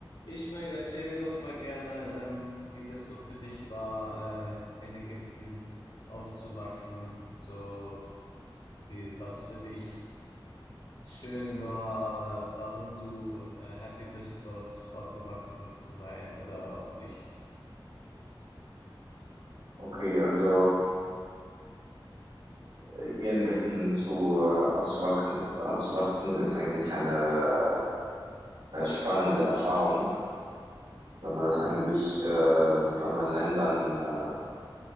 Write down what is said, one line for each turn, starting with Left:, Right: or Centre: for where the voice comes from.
Left: Ismail, erzähl mir doch mal gerne, ähm, wie das so für dich war, äh, in Ägypten aufzuwachsen. So, wie, was für dich schön war oder warum du, äh, happy bist, dort aufgewachsen zu sein oder auch nicht.
Right: Okay, also äh, hier in Ägypten zu äh, auszuwachsen, auszuwachsen ist eigentlich eine äh, spannende Erfahrung, wenn man das
Left: Mhm.
Right: eigentlich äh, mit anderen Ländern äh,